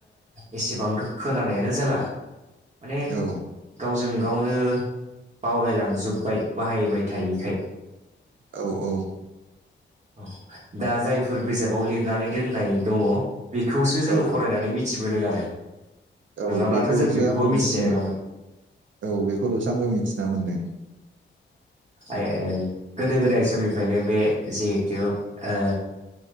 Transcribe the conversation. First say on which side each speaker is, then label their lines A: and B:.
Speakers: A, on the right; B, on the right.
A: एसेबांथ' खोनानायानो जाला माने
B: औ
A: गावजों गावनो बावलायलांजोब्बाय बाहायबाय थायिखाय।
B: औ-औ
A: औ दा जायफोर बिजाबाव लिरनानै दोननाय दङ बि खौसो जोङो
B: औ
A: फरायनानै मिथि बोदो आरो
B: औ
A: नङाब्लाथ'
B: बेखौलसो
A: जों बेखौबो
B: आंबो
A: मिथिनाय
B: मिथियामो
A: नङामोन
B: औ बेखौल'सो आंबो मिथिना मोनदों
A: ओं गोदो गोदाय समनिफ्रायनो बे जिहेथु ओ